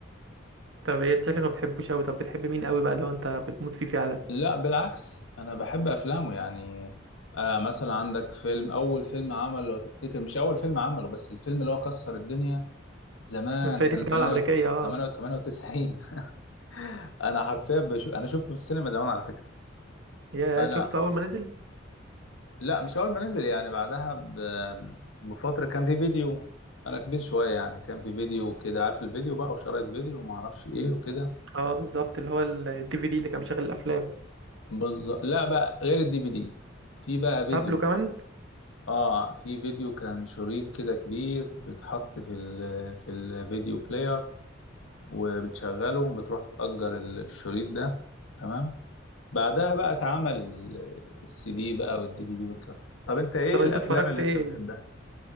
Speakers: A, on the right; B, on the left.
A: طب ايه انت شكلك ما بتحبوش قوي طب بتحب مين قوي بقى اللي هو انت بتموت فيه فعلا
B: لا بالعكس انا بحب افلامه يعني آه مثلا عندك فيلم اول فيلم عمل لو تفتكر مش اول فيلم عمله بس الفيلم اللي هو كسر الدنيا زمان
A: أنا صعيدي
B: سنة
A: في الجامعه الامريكيه اه
B: 98 <laughs> انا حرفيا بشو... انا شفته في السينما زمان على فكرة
A: يا
B: انا
A: شفته اول ما نزل
B: لا مش اول ما نزل يعني بعدها ب- بفتره كان في فيديو انا كبير شويه يعني كان في فيديو كده عارف الفيديو بقى وشرايط فيديو وما اعرفش ايه وكده
A: اه بالظبط اللي هو الدي في دي اللي كان بيشغل الافلام
B: بالظبط لا بقى غير الدي في دي في بقى فيديو
A: قبله كمان
B: اه في فيديو كان شريط كده كبير بيتحط في ال في الفيديو بلاير وبتشغله بتروح تتأجر الشريط ده تمام بعدها بقى اتعمل السي دي بقى والدي في دي والكلام طب انت ايه
A: طب
B: الافلام
A: انت اتفرجت
B: اللي
A: ايه
B: انت بتحبها